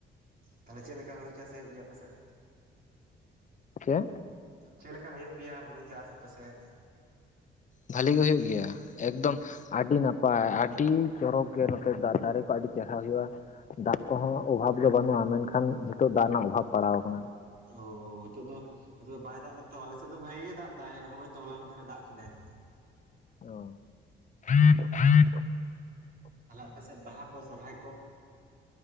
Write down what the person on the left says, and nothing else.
ᱪᱮᱫ? <unintelligible>
ᱵᱷᱟᱞᱤ ᱜᱮ ᱦᱩᱭᱩᱜ ᱜᱮᱭᱟ ᱾ ᱮᱠᱫᱚᱢ ᱟᱹᱰᱤ ᱱᱟᱯᱟᱭ, ᱟᱹᱰᱤ ᱪᱚᱨᱚᱠ ᱜᱮ, ᱱᱚᱛᱮ ᱫᱟᱨᱮ ᱠᱚ, ᱟᱹᱰᱤ ᱪᱮᱦᱨᱟ ᱦᱩᱭᱩᱜᱼᱟ ᱾ ᱫᱟᱜ ᱠᱚᱦᱚᱸ ᱚᱵᱷᱟᱵᱽ ᱫᱚ ᱵᱟᱹᱱᱩᱜᱼᱟ ᱾ ᱢᱮᱱᱠᱷᱟᱱ ᱱᱤᱛᱚᱜ, ᱫᱟᱜ ᱨᱮᱱᱟᱜ ᱚᱵᱷᱟᱵᱽ ᱯᱟᱲᱟᱣ ᱟᱠᱟᱱᱟ ᱾
<inaudible>